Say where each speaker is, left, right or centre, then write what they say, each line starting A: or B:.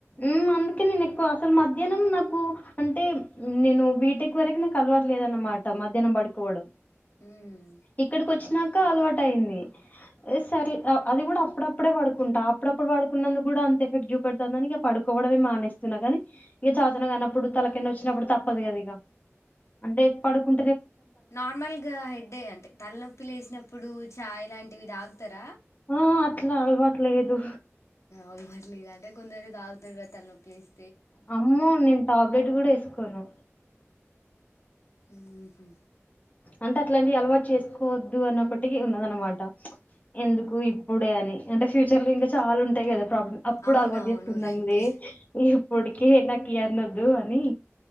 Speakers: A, on the left; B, on the left.
A: ఉమ్ అందుకే నేను ఎక్కువ అసలు మధ్యానం నాకు అంటే నేను బీటెక్ వరకు నాకు అ అలవాట్లేదన్నమాట మధ్యానం పడుకోవడం
B: ఉమ్
A: ఇక్కడికి వచ్చి నాక అలవాటు అయింది. సర్ అది కూడా అప్పుడప్పుడే పడుకుంటా అప్పుడప్పుడు పడుకున్నందు కూడా అంత ఎఫెక్ట్ చూపెడతాంది అని ఇగ పడుకోవడమే మానేస్తున్నా కాని ఇక చాతన కానప్పుడు తలకెన్న వచ్చినప్పుడు తప్పదు కద ఇగ అంటే పడుకుం
B: నార్మల్ గా హెడ్డే అంటే తలనొప్పి లేసినప్పుడు చాయ్ ఇలాంటివి దాగ్తార
A: ఆ! అట్లా అలవాటు లేదు.
B: ఔల్ పర్లే అంటే కొందరు దాగుతరు క తల్నొప్పి లేస్
A: అమ్మో నేను టాబ్లెట్ కూడా ఏసుకోను.
B: ఉమ్ హు
A: అంటే అట్లాంటివి అలవాటు చేసుకోవద్దు అన్నప్పటికీ ఉన్నద అనమాట ప్చ్ ఎందుకు ఇప్పుడే అని అంటే ఫ్యూచర్ లో ఇంకా చాలా ఉంటాయి కదా ప్రాబ్ం అప్పుడు
B: అవునవును
A: అలవాటు చేసుకుందాంలే
B: రైటే
A: ఇప్పటికే నాకు ఈ అన్నొద్దు అని.